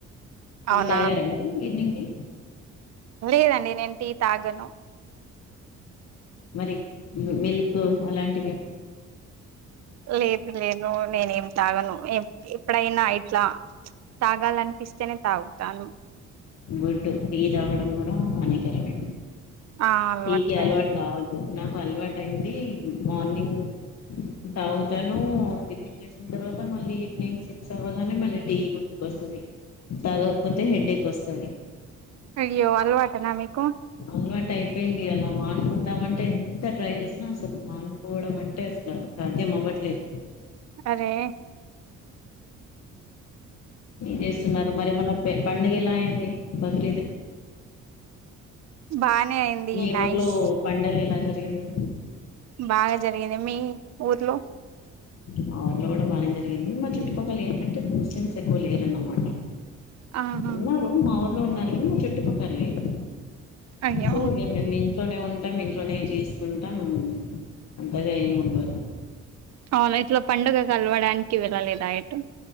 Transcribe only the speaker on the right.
అవునా
లేదండి నేను టీ తాగను
లేదు లేదు నేనేం తలాగను ఎప్పుడైనా ఇట్లా తగాాలని పిస్తటనే తగు తను
ఆ అలవాట్లే
అయ్యో అలవాటనా మీకు
అరే
బానే అయింది
నైస్
బాగా జరిగింది మీ ఊర్లో
ఆహా
అయ్యో
అవునా ఇట్లా పండుగ కలవడానికి వెళ్ళలేదా ఎటు